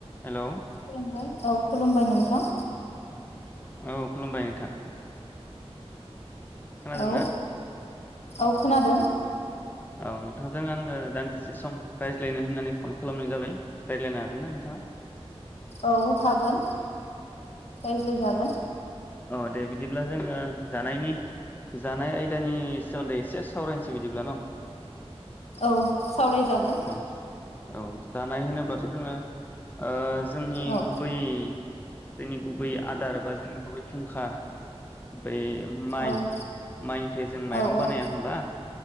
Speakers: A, on the left; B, on the left.
A: Hello
B: खुलुमबाय औ खुलुमबाय नोंथां
A: औ खुलुमबाय नोंथां खोनादोंना
B: औ औ खोनादों
A: औ नोंथांजों आङो दान्दिसे समाव राय लायनो होननानै फन खालामनाय जाबाय रायलायनो हागोन ना नोंथाङा
B: औ हागोन रायज्लायजागोन
A: अ दे बिदिब्ला जोङो जानायनि जानाय आयदानि सोमोन्दै एसे सावरायनसै बिदिब्ला न'
B: औ सावरायजागोन
A: औ औ जानाय होनोब्लाथ' जोङो ओ जोंनि
B: औ
A: गुबै जोंनि गुबै आदार बा जोंनि गुबै फुंखा बै माइ
B: औ
A: माइनिफ्राय जों माइरं
B: औ
A: बानाया होनबा